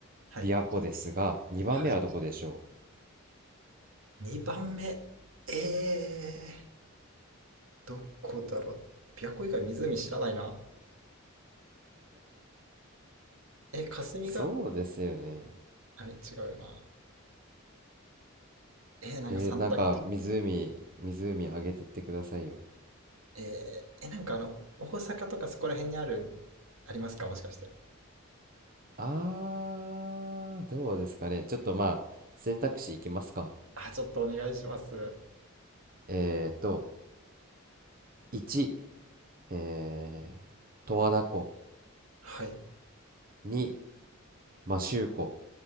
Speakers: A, on the right; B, on the right.
A: はい
B: 琵琶湖ですが、2番目はどこでしょう
A: はい。2番目えー、どこだろう琵琶湖以外湖知らないなえ霞が
B: そうですよね。
A: あれ違うよなえー、なんか三択
B: えーなんか湖、湖あげてってくださいよ。
A: えー、えなんかあの大阪とかそこら辺にあるありますかもしかして
B: あー、どうですかね。ちょっとまあ、選択肢いきますか。
A: あちょっとお願いします
B: えーと、1、えー、十和田湖。
A: はい
B: 2、摩周湖。